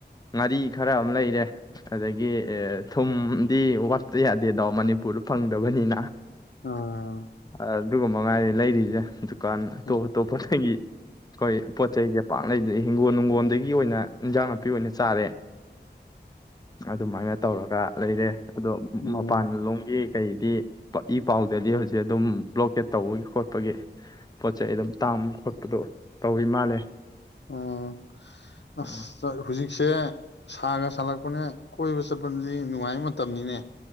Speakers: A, on the left; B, on the left.
A: ꯉꯥꯔꯤ ꯈꯔ ꯑꯃ ꯂꯩꯔꯦ ꯑꯗꯒꯤ ꯊꯨꯝꯗꯤ ꯋꯥꯠꯠꯇ ꯌꯥꯗꯦꯗꯣ ꯃꯅꯤꯄꯨꯔꯗ ꯐꯪꯗꯕꯅꯤꯅ
B: ꯑꯥ
A: ꯑ <unintelligible> ꯑꯗꯨꯒ ꯃꯉꯥꯏꯔꯦ ꯂꯩꯔꯤꯁꯦ ꯀꯥꯟ
B: ꯎꯝ
A: ꯇꯣ ꯇꯣ ꯄ <unintelligible> ꯀꯣꯏ ꯄꯣ ꯆꯩ ꯌꯥꯝ ꯄꯥꯛ ꯂꯩꯗ꯭ꯔꯦ ꯍꯤꯡꯒꯣꯜ ꯅꯨꯡꯒꯣꯜꯗꯒꯤ ꯑꯣꯏꯅ ꯏꯟꯖꯥꯡ ꯅꯥꯄꯤ ꯑꯣꯏꯅ ꯆꯥꯔꯦ ꯑꯗꯨꯃꯥꯏꯅ ꯇꯧꯔꯒ ꯂꯩꯔꯦ ꯑꯗꯣ
B: ꯎꯝ
A: ꯃꯄꯥꯟ ꯂꯣꯝꯒꯤ ꯀꯩꯗꯤ ꯏ ꯄꯥꯎꯗꯗꯤ ꯍꯧꯖꯤꯛ ꯑꯗꯨꯝ ꯕ꯭ꯂꯣꯀꯦꯠ ꯇꯧꯕꯒꯤ ꯈꯣꯠꯄꯒꯤ ꯄꯣꯠ ꯆꯩ ꯑꯗꯨꯝ ꯇꯥꯡꯕ ꯈꯣꯠꯄꯗꯣ ꯇꯧꯋꯤ ꯃꯥꯜꯂꯦ
B: ꯑꯣ ꯑꯁ
A: ꯑ
B: ꯍꯖꯤ ꯁꯦ ꯁꯥꯒ ꯁꯥꯒꯠꯂꯛꯄꯅꯦ ꯀꯣꯏꯕ ꯆꯠꯄꯗꯨꯗꯤ ꯅꯨꯡꯉꯥꯏꯕ ꯃꯇꯝꯅꯤꯅꯦ